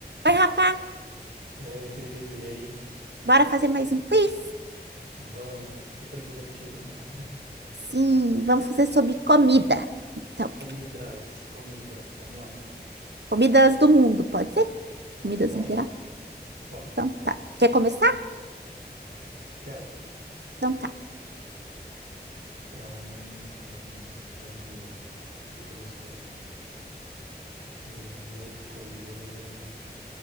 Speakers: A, on the right; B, on the right.
A: Oi, Rafa,
B: Oi, Cris, e aí?
A: bora fazer mais um quiz?
B: Vamos, tá super divertido, né?
A: Sim, vamos fazer sobre comida. Então,
B: <laughs> Comidas, comidas, vamos lá então.
A: comidas do mundo, pode ser? Comidas
B: Pode,
A: em geral?
B: pode,
A: Então, tá. Quer começar?
B: quero.
A: Então, tá.
B: Então, é, vamos ver. O que que eu vou escolher? Eu vou escolher.